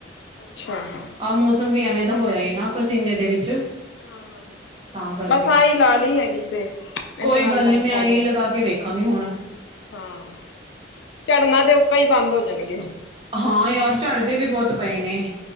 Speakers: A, on the left; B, on the right.
A: ਅੱਛਾ ਹਾਂ
B: ਆ, ਮੌਸ ਮ ਵੀ ਐਵੇਂ ਦਾ ਹੋਇਆ ਹੀ ਨਾ, ਪਸੀਨੇ ਦੇ ਵਿੱਚ।
A: ਹਾਂ-ਹਾਂ-ਹਾਂ,
B: ਤਾਂ ਕਰਕੇ
A: ਬਸ ਆਹੀ ਲਾ ਲਈ ਹੈਗੀ ਤੇ। ਇਹਦੇ
B: ਕੋਈ
A: ਨਾਲ
B: ਗੱਲ
A: ਹੀ
B: ਨੀ,
A: ਫ਼ਰਕ
B: ਮੈਂ
A: ਪੈ
B: ਆਈ
A: ਜਾਣਾ
B: ਲਗਾਕੇ ਵੇਖਾਂਗੀ ਹੁਣ।
A: ਹਾਂ, ਝੜਨਾ ਤੇ ਉੱਕਾ ਹੀ ਬੰਦ ਹੋ ਜਾਣਗੇ।
B: ਹਾਂ ਯਾਰ, ਝੜਦੇ ਵੀ ਬਹੁਤ ਪਏ ਨੇ।